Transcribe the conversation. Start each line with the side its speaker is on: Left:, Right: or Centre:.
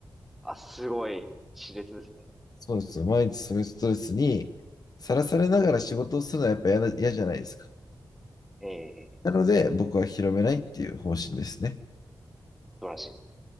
Centre: あ、すごい、熾烈ですね。
Left: そうですよ。毎日そういうストレスにさらされながら仕事をするのはやっぱ嫌な嫌じゃないですか。
Centre: ええ
Left: なので、僕は広めないっていう方針ですね。
Centre: 素晴らしいです。